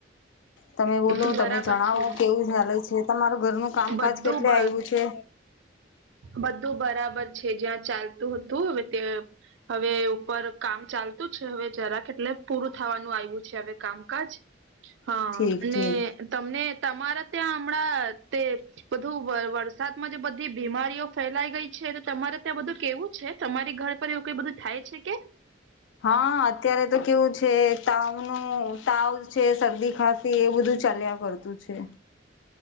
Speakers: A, on the left; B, on the right.
A: તમે બોલો
B: બધું
A: તમે
B: બરાબર
A: જણાવો
B: છે
A: કેવું ચાલે છે તમારું ઘરનું કામકાજ
B: બધું
A: કેટલે
B: બ
A: આવ્યું છે?
B: બધું બરાબર છે જ્યાં ચાલતું હતું હવે તે હવે ઉપર કામ ચાલતું છે હવે જરાક એટલે પૂરું થવાનું આવ્યું છે હવે કામકાજ
A: <inaudible>
B: હા અને
A: ઠીક
B: તમને તમારા ત્યાં હમણાં તે બધું વરસાદમાં જે બ બધી બીમારીઓ ફેલાઈ ગઈ છે તો તમારે ત્યાં બધું કેવું છે તમારી ઘર પર એવું કઈ બધું થાય છે કે?
A: હા અત્યારે તો કેવું છે તાવનું તાવ છે શરદી ખાંસી એ બધું ચાલ્યા કરતું તું છે.